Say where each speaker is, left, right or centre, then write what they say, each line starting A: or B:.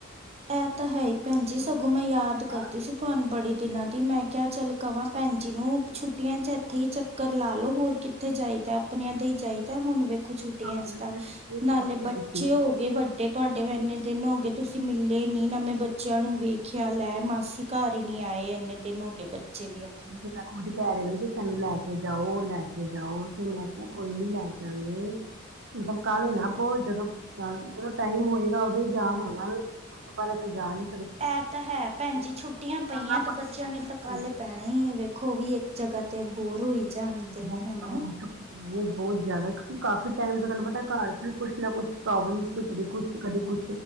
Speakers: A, on the right; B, on the right.
A: ਇਹ ਤਾਂ ਹੈ, ਹੀ ਭੈਣਜੀ,
B: ਅਸੀਂ
A: ਸਗੋਂ
B: ਬਣਾ
A: ਮੈਂ ਯਾਦ
B: ਲਿਆ ਸਲਾਹ।
A: ਕਰਦੀ ਸੀ, ਤੁਹਾਨੂੰ ਬੜੇ ਦਿਨਾਂ। ਦੀ ਮੈਂ ਕਿਹਾ, ਚੱਲ ਕਵਾਂ ਭੈਣ ਜੀ ਨੂੰ, ਛੁੱਟੀਆਂ ਚ ਇੱਥੇ ਹੀ ਚੱਕਰ ਲਾਲੋ ਹੋਰ ਕਿ। ਉੱਥੇ ਜਾਈਦਾ, ਆਪਣਿਆਂ ਦੇ ਹੀ ਜਾਈਦਾ, ਹੁਣ ਵੇਖੋ ਛੁੱਟੀਆਂ
B: ਹਾਂ
A: ਚ
B: ਨਹੀਂ
A: ਤਾਂ
B: ਨਹੀਂ, ਸਹੀ ਕਹਿ
A: ਨਾਲੇ
B: ਰਹੇ ਹੋ
A: ਬੱਚੇ
B: ਤੁਸੀਂ
A: ਹੋ। ਵੱਡੇ, ਤੁਹਾਡੇ, ਇੰਨੇ ਦਿਨ ਹੋ ਗਏ? ਤੁਸੀਂ ਮਿਲੇ ਨੀ, ਮੈਂ ਬੱਚਿਆਂ ਨੂੰ ਵੇਖਿਆ, ਲੈ ਮਾਸੀ ਘਰ ਹੀ ਨੀ ਆਏ, ਇੰਨੇ ਦਿਨ ਹੋ ਕੇ ਬੱਚੇ ਬੱਚੇ, ਵੀ ਆਪਣੇ।
B: ਉਹ ਤੇ ਕਹਿ ਰਹੇ ਨੇ ਜੀ ਸਾਹਨੂੰ ਲੈ ਕੇ ਜਾਓ, ਲੈ ਕੇ ਜਾਓ। ਤੇ ਮੈਂ ਕਿਹਾ ਕੋਈ ਨੀ ਲੈ ਜਾਂਗੇ। ਮਤਲਬ ਕਾਲੀ ਨਾ ਕਰੋ ਜਦੋ, ਟਾਈਮ ਜਦੋ ਟਾਈਮ ਹੋਏਗਾ ਉਹਦੋਂ ਹੀ ਜਾ ਹੋਣਾ ਏ। ਉਸ ਤੋ ਪਹਿਲਾਂ ਤੇ ਜਾ ਨੀ
A: ਇਹ ਤਾਂ ਹੈ ਭੈਣ ਜੀ ਛੁੱਟੀਆਂ ਪਈਆਂ,
B: ਦਾਣਾ
A: ਤੇ
B: ਪਾਣੀ
A: ਬੱਚਿਆਂ
B: ਹੋਏ ਨਾ
A: ਨੇਂ ਤੇ ਕਾਲੇ
B: ਭੈਣ ਜੀ
A: ਪੈਂ ਨਹੀਂ, ਇਹ ਵੇਖੋ ਵੀ ਇੱਕ ਜਗਾਹ ਤੇ ਬੋਰ ਹੋਈ ਜਾਂਦੇ
B: <unintelligible>
A: ਨੇ
B: ਇਹ
A: ਹਨਾ
B: ਬਹੁਤ ਜਿਆਦਾ, ਕਿਉਂਕਿ ਕਾਫੀ ਟਾਈਮ ਤੋਂ ਤੁਹਾਨੂੰ ਪਤਾ ਏ ਘਰਾਂ 'ਚ ਵੀ ਕੁਛ ਨਾ ਕੁਛ ਪ੍ਰੋਬਲਮਸ ਏ। ਕਦੀ ਕੁਛ ਤੇ ਕਦੀ ਕੁਛ